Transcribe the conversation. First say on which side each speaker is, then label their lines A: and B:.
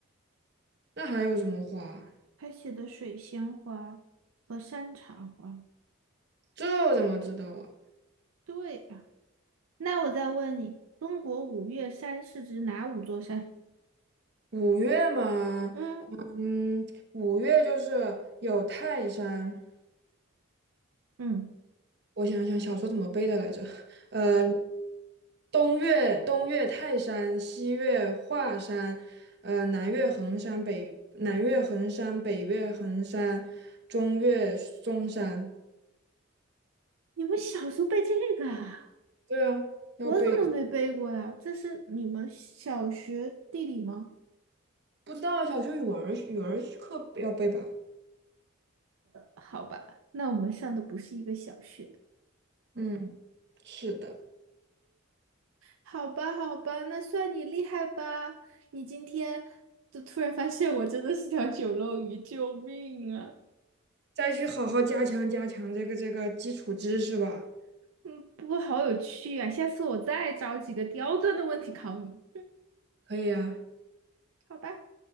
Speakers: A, on the right (about 50°); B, on the right (about 75°).
A: 那还有什么花？
B: 他写的水仙花和山茶花。
A: 这怎么知道啊？
B: 对呀。那我再问你，中国五岳山是指哪五座山？
A: 五月嘛，
B: 嗯
A: 嗯，五月就是有泰山。
B: 嗯，
A: 我想想，小说怎么背的来着？呃，东岳东岳泰山，西岳华山，呃，南岳衡山，北南岳衡山，北岳衡山，中岳嵩山。
B: 你们小时候背这个啊？
A: 对啊，要背。
B: 我怎么没背过呀？这是你们小学地理吗？
A: 不知道小学语文儿语文儿课要背吧？
B: 好吧，那我们上的不是一个小学。
A: 嗯，是的，
B: 好吧，好吧，那算你厉害吧。你今天就突然发现我真的是条九漏鱼，救命啊！
A: 再去好好加强加强这个这个基础知识吧。
B: 嗯，不过好有趣啊，下次我再找几个刁钻的问题考你。
A: 可以呀、
B: 好吧。